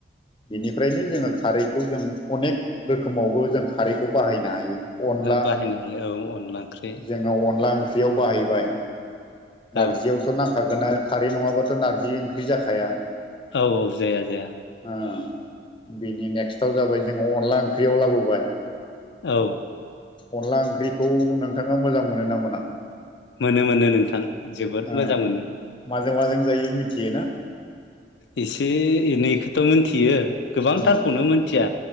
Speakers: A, on the left (about 30°); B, on the left (about 80°).
A: बेनिफ्रायनो जोङो खारैखौ जों अनेक रोखोमावबो जों खारैखौ बाहायनो हायो।। अनला
B: बाहायनो हायो औ अनला ओंख्रि
A: जोङा अनला ओंख ख्रियाव बाहायबाय
B: औ
A: नार्जियावथ' नांग खागोनानो खारै नङाबाथ' नार्जि ओंख्रि जाखाया।
B: औ औ जाया जाया।
A: ओ बिनि नेक्स्टआव जाबाय जोङो अनला ओंख्रियाव लाबोबाय।
B: औ।
A: अनला ओंख्रिखौ नोंथाङा मोजां मोनो ना मोना?
B: मोनो मोनो नोंथां जोबोद
A: ओ
B: मोजां मोनो।
A: माजों माजों जायो मिथियोना?
B: एसे एनैखौथ मोन्थियो गोबांथारखौनो
A: उम
B: मोन्थिया।